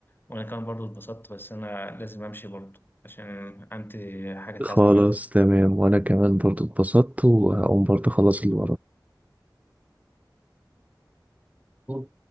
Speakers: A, on the left; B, on the right.
A: وانا كمان برضو اتبسطت بس انا لازم امشي برضو عشان عندي حاجة
B: خلاص
A: عايز اعملها
B: تمام وانا كمان برضو اتبسطت وهقوم برضو اخلص اللي ورايا